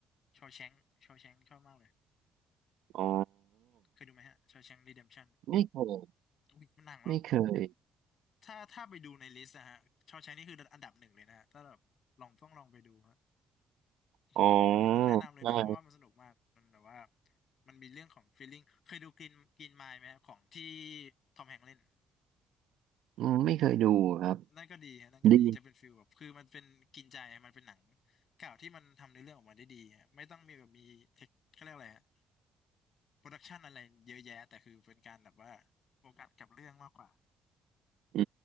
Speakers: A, on the left; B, on the right.
A: ชอแชงชอแชงชอบมากเลย
B: อ๋อ
A: เคยดูไหมฮะชอแชงรีเดมชั่น
B: ไม่เคย
A: อุ้ยมันหนังว่า
B: ไม่เคย
A: ถ้าถ้าไปดูในลิสต์นะฮะชอแชงนี่คืออันดับหนึ่งเลยนะฮะถ้าแบบลองต้องลองไปดูฮะใช่อันนี้ผมแนะนำเลยนะครับเพราะว่ามันสนุกมากมันแบบว่า
B: อ๋อใช่
A: มันมีเรื่องของ feeling เคยดูกรีนกรีนไมล์ไหมฮะของที่ทอมแฮงค์เล่น
B: อืมไม่เคยดูครับ
A: นั่นก็ดีฮะนั่นก็ดีจะเป็นฟิลแบบคือมันเป็นกินใจมันเป็นหนัง
B: ดี
A: เก่าที่มันทำในอเรื่องออกมาได้ดีฮะไม่ต้องมีแบบมีเทคเขาเรียกอะไรฮะโปรดักชันอะไรเยอะแยะแต่คือเป็นการแบบว่าโฟกัสกับเรื่องมากกว่า
B: อื